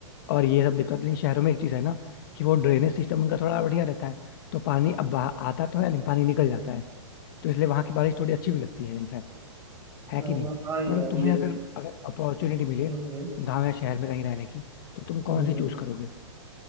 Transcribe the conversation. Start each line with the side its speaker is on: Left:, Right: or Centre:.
Left: और ये सब दिक्कत नहीं शहरों में एक चीज है ना कि वो ड्रेनेज सिस्टम उनका थोड़ा बढ़िया रहता है तो पानी अब बाहर आता तो है लेकिन पानी निकल जाता है तो इसलिए वहां की बारिश थोड़ी अच्छी भी लगती है इनफैक्ट
Right: हाँ
Left: है कि नहीं
Right: हाँ हाँ, यार
Left: मतलब तुम्हें
Right: ये
Left: अगर
Right: तो है
Left: अगर अपॉर्चुनिटी मिले
Right: हम्म
Left: गाँव या शहर में कहीं रहने की तो तुम
Right: हम्म।
Left: कौन सी चूज करोगे